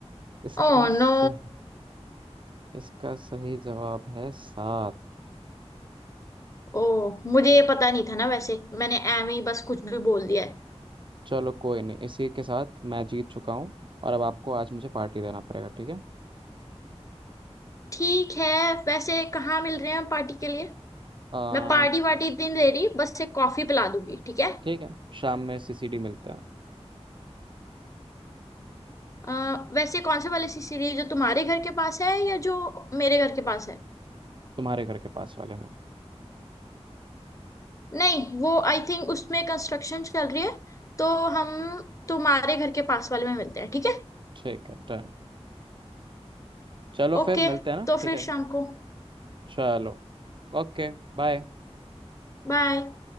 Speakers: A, on the right; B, on the left.
A: इसका
B: Oh
A: सही
B: no
A: इसका सही जवाब है सात
B: ओ मुझे ये पता नहीं था ना वैसे मैंने एम ही बस कुछ भी बोल दिया है
A: चलो कोई नहीं इसी के साथ मैं जीत चुका हूँ और अब आपको आज मुझे पार्टी देना पड़ेगा ठीक है
B: ठीक है वैसे कहाँ मिल रहे हैं हम पार्टी के लिए
A: आ,
B: मैं पार्टी वार्टी दिन दे रही बस से कॉफी पिला दूंगी ठीक है
A: ठीक है शाम में सीसीडी मिलता है
B: अ, वैसे कौन से वाले सी सीढ़ी जो तुम्हारे घर के पास है या जो मेरे घर के पास है
A: तुम्हारे घर के पास वाले में
B: नहीं वो आई थिंक उसमें कंस्ट्रक्शन चल रही है तो हम तुम्हारे घर के पास वाले में मिलते हैं ठीक है
A: ठीक है डन चलो
B: ओके
A: फिर मिलते हैं ना
B: तो
A: ठीक
B: फिर
A: है
B: शाम को
A: चलो ओके बाय
B: बाय